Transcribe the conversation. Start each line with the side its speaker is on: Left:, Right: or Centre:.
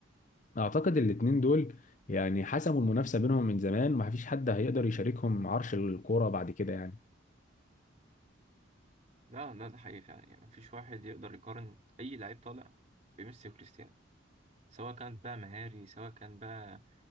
Left: اعتقد الاتنين دول يعني حسموا المنافسة بينهم من زمان ومفيش حد هيقدر يشاركهم عرش الكورة بعد كده يعني
Right: لا لا ده حقيقي فعلا يعني مفيش واحد يقدر يقارن اي لعيب طالع بميسي وكريستيانو سواء كان بقى مهاري سواء كان بقى